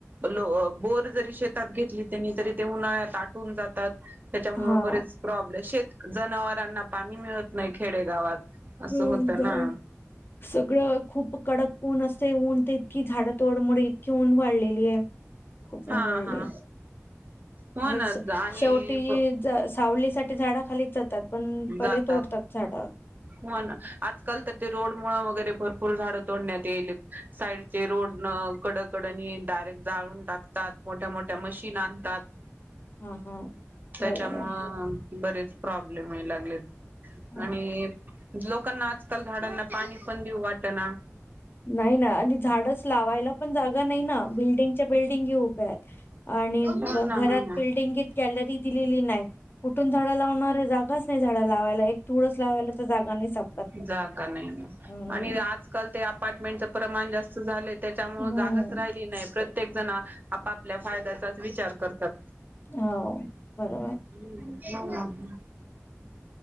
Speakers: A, on the right; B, on the left.
A: लो अ बोर जरी शेतात घेतलीत त्यांनी तरी ते उन्हाळ्यात आटून जातात त्याच्यामुळ
B: हा
A: बरेचं प्रॉब्ले शेत जनावरांना पाणी मिळत नाही खेडेगावात. असं
B: व्हय
A: होतं
B: जाय
A: ना
B: सगळ खूप कडक ऊन अस ऊन तर इतकी झाड तोडमुळ इतकी ऊन वाढलेली ये. खूप
A: हा
B: उन वाढले
A: हा हो ना
B: श
A: आणि
B: शेवटी जस सावली साठी झाडा खालीच जातात पण पहिले
A: जातात
B: तोडतात झाड.
A: हो ना, आजकाल तर ते रोड मुळ वगैरे भरपूर झाड तोडण्यात येईल साईड ते रोड नं कडकडनी डायरेक्ट जाळून टाकतात मोठ्या मोठ्या मशीन आणतात.
B: हा हा
A: त्याच्यामुळं
B: बरोबर
A: बरेच प्रॉब्लेम येय लागलेत
B: हा.
A: आणि लोकांना आजकाल झाडांना पाणी पण देऊ वाटना.
B: नाही ना आणि झाडच लावायला पण जागा नाही ना बिल्डिंगच्या बिल्डिंगी उभ्या आहेत. आणि
A: हो ना
B: घरात
A: हो ना
B: बिल्डिंगित गॅलरी दिलेली नाय. कुठून झाड लावणारे जागाच नाय झाडं लावायला. एक तुळस लावायला तर जागा नाही सापडत.
A: जागा नाही ना,
B: हम्म.
A: आणि आज काल ते अपार्टमेंटच प्रमाण जास्त झालं, त्याच्यामुळ
B: हम्म.
A: जागाच राहिली नाय, प्रत्येक जण आपापल्या फायद्याचाच विचार करतात.
B: हो बरोबर.
A: हं हं लावला म्हणून